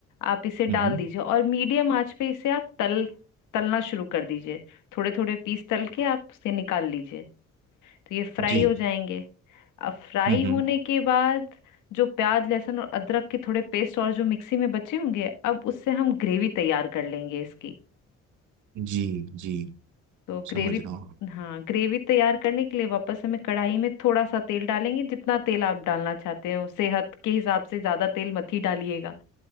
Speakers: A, on the left; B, on the right.
A: आप इसे डाल
B: हम्म
A: दीजिए और मीडियम आंच पे इसे आप तल तलना शुरू कर दीजिए थोड़े थोड़े पीस तल के आप उसे निकाल लीजिए तो ये फ्राई
B: जी
A: हो जाएंगे अब फ्राई
B: हम्म
A: होने
B: हम्म,
A: के बाद जो प्याज लहसुन और अदरक के थोड़े पेस्ट और जो मिक्सी में बचे होंगे अब उससे हम ग्रेवी तैयार कर लेंगे इसकी
B: जी जी
A: तो
B: समझ
A: ग्रेवी
B: रहा हूँ
A: हाँ ग्रेवी तैयार करने के लिए वापस हमें कढ़ाई में थोड़ा सा तेल डालेंगे जितना तेल आप डालना चाहते हो सेहत के हिसाब से ज्यादा तेल मत ही डालिएगा